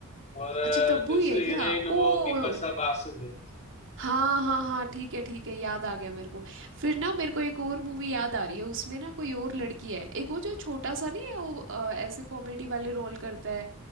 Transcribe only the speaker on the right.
अच्छा तब्बू
ही है क्या
ओ
हाँ हाँ हाँ ठीक है ठीक है याद आ गया मेरे को फिर ना मेरे को एक और मूवी याद आ रही है उसमें ना कोई और लड़की है एक वो जो छोटा सा नहीं है वो अ, ऐसे कॉमेडी वाले रोल करता है